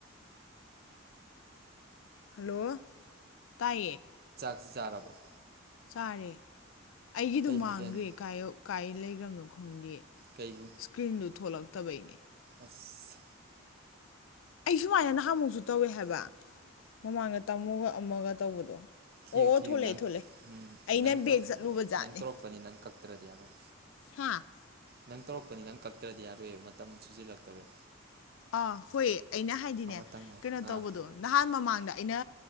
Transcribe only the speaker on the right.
ꯆꯥꯔꯥꯕꯣ
ꯃꯊꯦꯜ
ꯀꯩꯕꯨ
ꯑꯁ
ꯊꯤꯌꯨ
ꯊꯤꯌꯨ
ꯅꯪ
ꯎ
ꯅꯪ
ꯇꯧꯔꯛꯄꯅꯤ
ꯅꯪ ꯇꯧꯔꯛꯄꯅꯤ ꯅꯪ ꯀꯛꯇ꯭ꯔꯗꯤ ꯌꯥꯔꯣꯏ
ꯅꯪ ꯇꯧꯔꯛꯄ ꯅꯪ ꯀꯛꯇ꯭ꯔꯗꯤ ꯌꯥꯔꯣꯏꯕꯥ ꯃꯇꯝ ꯁꯨꯖꯤꯜꯂꯛꯇꯧꯔꯦ
ꯑꯃꯇꯪ ꯉꯥꯏꯔꯦ
ꯑꯥ